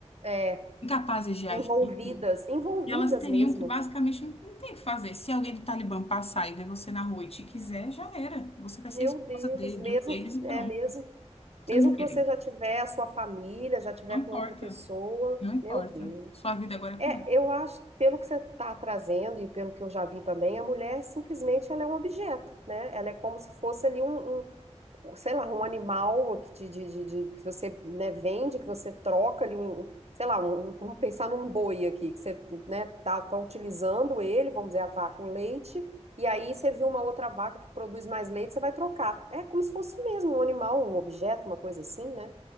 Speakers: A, on the right; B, on the left.
A: É,
B: incapazes de agir,
A: envolvidas,
B: que
A: envolvidas
B: elas teriam
A: mesmo.
B: que basicamente não, não tem o que fazer. Se alguém do Talibã passar e ver você na rua e te quiser, já era. Você vai ser
A: Meu
B: esposa
A: Deus,
B: dele,
A: mesmo
B: de um deles
A: que,
B: e
A: é
B: pronto.
A: mesmo,
B: Você
A: mesmo
B: não
A: que
B: tem que
A: você
B: querer.
A: já tiver a sua família, já tiver
B: Não importa,
A: com outra pessoa,
B: não importa.
A: meu Deus.
B: Sua vida agora é
A: É,
B: com ele.
A: eu acho, pelo que você está trazendo e pelo que eu já vi também, a mulher simplesmente ela é um objeto, né? Ela é como se fosse ali um, um sei lá, um animal que, te- de, de, de- que você, né, vende, que você troca ali um, um, sei lá, um- um, vamos pensar num boi aqui, que você, né, tá, tá utilizando ele, vamos dizer, a vaca, o leite, e aí você viu uma outra vaca que produz mais leite, você vai trocar. É como se fosse mesmo um animal, um objeto, uma coisa assim, né?